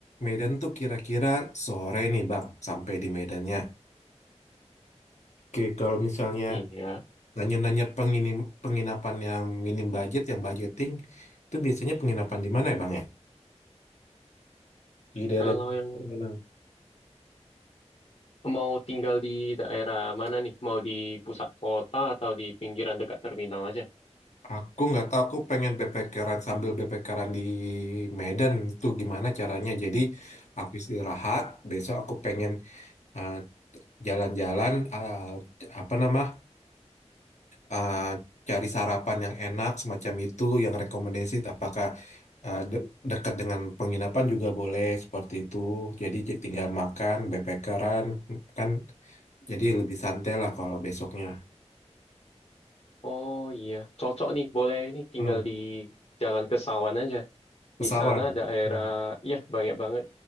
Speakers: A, on the left; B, on the left.
A: Medan tuh kira-kira sore nih Bang, sampai di Medannya. Oke, kalau misalnya
B: iya.
A: nanya-nanya penginim, penginapan yang minim budget, yang budgeting, itu biasanya penginapan di mana ya Bang ya? Di daerah
B: Kalau yang
A: terminal.
B: mau tinggal di daerah mana nih? Mau di pusat kota atau di pinggiran dekat terminal aja?
A: Aku nggak tahu, aku pengen backpackeran sambil backpackeran di Medan itu gimana caranya. Jadi aku istirahat, besok aku pengen eh, jalan-jalan, eh, apa nama eh, cari sarapan yang enak semacam itu yang rekomendasi apakah eh, de- dekat dengan penginapan juga boleh seperti itu jadi j- tinggal makan backpackeran kan jadi lebih santai lah kalau besoknya
B: Oh iya, cocok nih, boleh nih tinggal
A: hmm,
B: di Jalan Kesawan aja.
A: pesawat
B: Di sana daerah,
A: hmm,
B: ya banyak banget